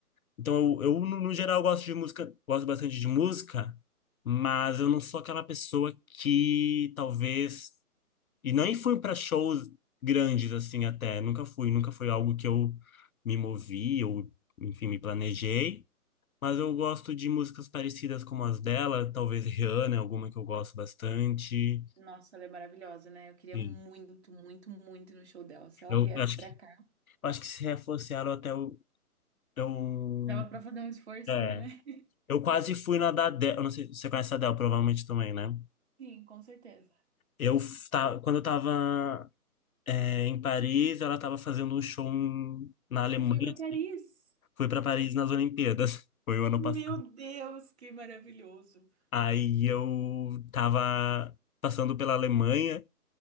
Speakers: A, on the left; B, on the right.
A: Então, eu, eu no, no geral, gosto de música, gosto bastante de música, mas eu não sou aquela pessoa que talvez. E nem fui para shows grandes, assim, até. Nunca fui, nunca foi algo que eu me movi ou, enfim, me planejei. Mas eu gosto de músicas parecidas como as dela, talvez Rihanna, é alguma que eu gosto bastante.
B: Nossa, ela é maravilhosa, né? Eu queria
A: Sim.
B: muito, muito, muito ir no show dela. Se ela
A: Eu
B: viesse
A: acho
B: pra
A: que,
B: cá.
A: eu acho que se reforçaram até o. Eu,
B: Dava pra fazer um esforcinho,
A: é.
B: né?
A: Eu quase fui na da Adele. Eu não sei se você conhece a Adele, provavelmente também, né?
B: <laughs> Sim, com certeza.
A: Eu f- ta- quando eu estava em Paris, ela estava fazendo um show em- na Alemanha.
B: Você foi pra
A: assim.
B: Paris?
A: Fui para Paris nas Olimpíadas. <laughs> Foi o ano
B: Meu
A: passado.
B: Deus, que maravilhoso.
A: Aí eu estava passando pela Alemanha